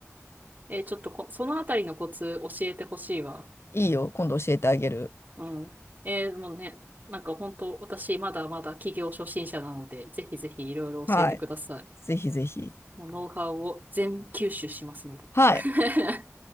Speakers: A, on the right; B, on the left.
A: えーちょっとこ、そのあたりのコツ教えてほしいわ。
B: いいよ。今度教えてあげる。
A: うん。えー、もうね、なんか本当、私まだまだ起業初心者なので、ぜひぜひいろいろ教えてください。
B: はい。ぜひぜひ。
A: もうノウハウを全吸収しますので。
B: はい。
A: <laughs>